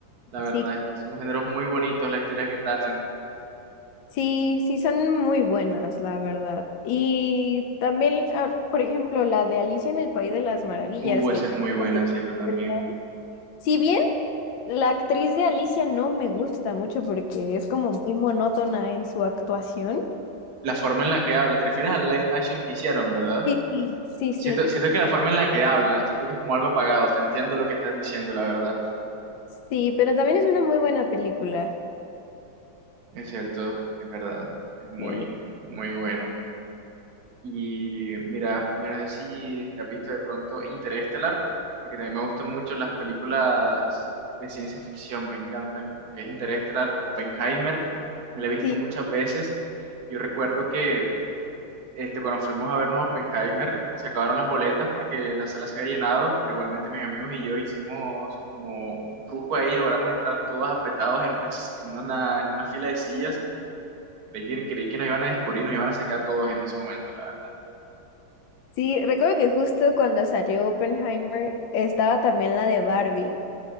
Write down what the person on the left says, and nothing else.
sí,
sí, sí, son muy buenas, la verdad. Y también, ah, por ejemplo, la de Alicia en el País de las Maravillas,
que
también
es de
Tim
Burton. Si bien la actriz de Alicia no me gusta mucho porque es como muy monótona en su actuación.
Sí, sí, sí,
sí.
Sí, pero también es una muy buena película.
Sí.
Sí,
sí, recuerdo que justo cuando salió Oppenheimer estaba también la de Barbie.